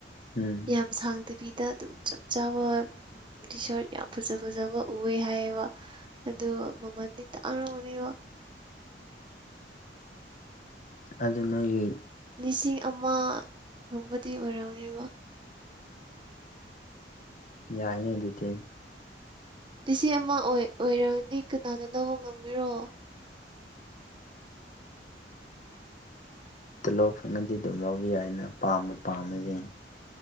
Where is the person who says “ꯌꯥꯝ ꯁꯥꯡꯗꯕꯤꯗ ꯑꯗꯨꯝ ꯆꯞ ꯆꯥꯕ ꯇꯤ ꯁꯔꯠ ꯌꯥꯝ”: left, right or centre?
Right